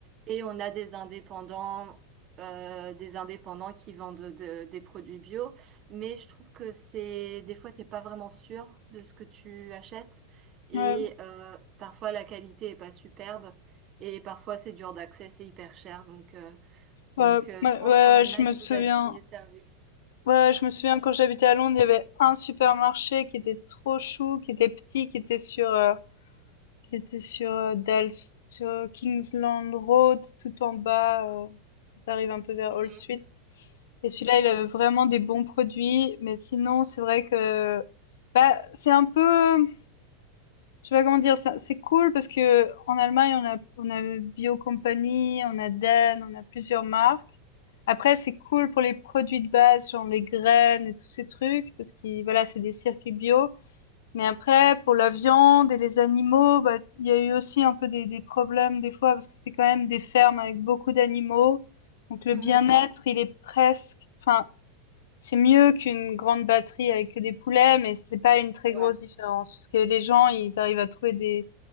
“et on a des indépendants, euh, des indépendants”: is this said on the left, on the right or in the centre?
Right